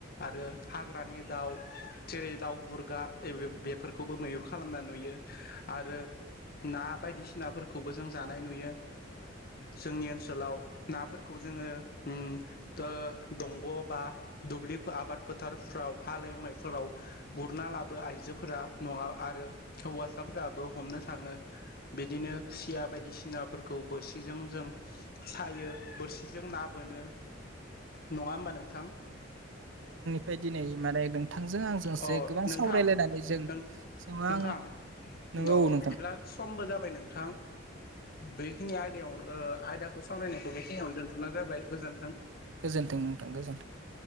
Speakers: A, on the left; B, on the right.
A: आरो हाग्रानि दाउ थेरै दाउ गुरगा बे बेफोरखौबो मैहुर खालामना नुयो। आरो ना बायदिसिनाफोरखौ खौबो जों जानाय नुयो जोंनि ओनसोलाव नाफोरखौ जोङो उम दा दंग' बा दुब्लि फो आबाद फोथारफ्राव हालेवनायफोराव गुरना लाबो आइजोफोरा नङा आरो हौवासाफोराबो हमनो थाङो बिदिनो खुसिया बायदिसिनाफोर खौ बोरसिजों जों सायो बोरसिजों ना बोनो नङा होमबा नोंथां?
B: फाय दिनै माने नोंथांजों आंजोंसो
A: अ
B: गोबां
A: नोंथां
B: सावरायलायनानै जों
A: नों
B: गोबां
A: नोंथां
B: नंगौ
A: औ
B: नोंथां
A: बिदिब्ला समबो जाबाय नोंथां। बेखिनि आयदायाव ओ आयदा खौ सावरायनायखौ बेखिनियाव दोनथ'नाय जाबाय। गोजोन्थों।
B: गोजोनथों नोंथां गोजोनथों।